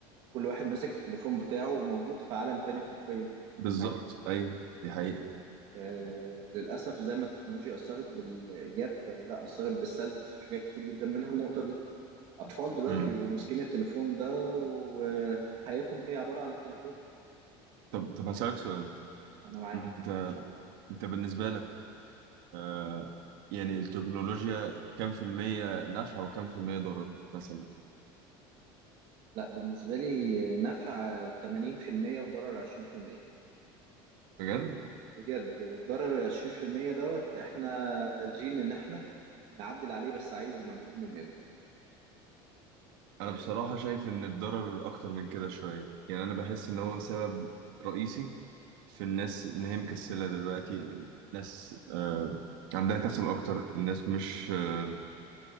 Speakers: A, on the right; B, on the right.
A: كل واحد ماسك التليفون بتاعه وموجود في عالم تاني حرفيا
B: بالظبط أيوه دي حقيقة
A: آه للأسف زي ما التكنولوجيا أثرت بالإيجاب آه، لا أثرت بالسلب في حاجات كتير جدا منها النقطة دي أطفال دلوقتي
B: مم.
A: بيبقوا ماسكين التليفون ده وحياتهم هي عبارة عن التليفون
B: طب طب هسألك سؤال
A: أنا معاك
B: أنت أنت بالنسبة لك آه يعني التكنولوجيا كام في المية نافعة وكام في المية ضرر مثلا؟
A: لا بالنسبة لي نفع 80% وضرر 20%
B: بجد؟
A: بجد والضرر ال 20% دوت احنا قادرين ان احنا نعدل عليه بس عايز مجهود مننا
B: أنا
A: اه
B: بصراحة شايف إن الضرر أكتر من كده شوية يعني أنا بحس إن هو سبب رئيسي في الناس ان هي مكسله دلوقتي الناس آه عندها كسل اكتر الناس مش آه